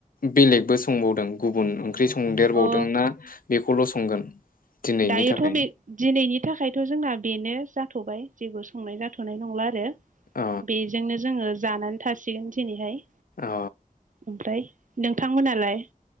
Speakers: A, on the left; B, on the right.
A: बेलेगबो संबावदों गुबुन ओंख्रि संदेरबावदों
B: अ
A: ना बेखौल' संगोन दिनैनि
B: दियोथ'
A: थाखाय
B: बे दिनैनि थाखायथ' जोंना बेनो जाथ'बाय जेबो संनाय जाथ'नाय नंला आरो
A: अ।
B: बेजोंनो जोङो जानानै थासिगोन दिनैहाय
A: अ
B: ओमफ्राय नोंथांमोनालाय?